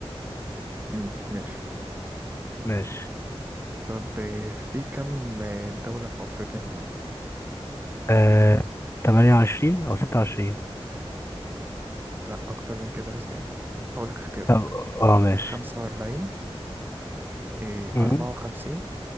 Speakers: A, on the right; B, on the left.
A: امم ماشي
B: ماشي
A: طب آه، في كم آه، دولة في أفريقيا؟
B: آه 28 او 26
A: لا أكتر من كده بزيادة هقولك اختيارات
B: طب اه ماشي
A: خمسة وأربعين إيه،
B: مم،
A: أربعة وخمسين